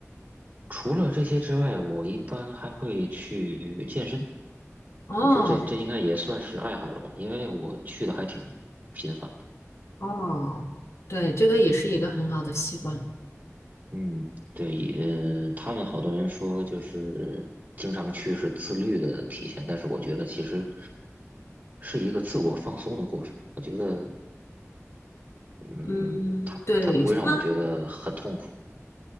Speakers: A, on the right (about 35°); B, on the left (about 60°).
A: 除了这些之外，我一般还会去健身。
B: 哦，
A: 我觉得这这应该也算是爱好了吧，因为我去的还挺频繁。
B: 哦，对，这个也是一个很好的习惯。
A: 嗯，对，呃，他们好多人说就是经常去是自律的体现，但是我觉得其实是一个自我放松的过程。我觉得，嗯，
B: 嗯，
A: 他他不会让我觉得很痛苦。
B: 对，他。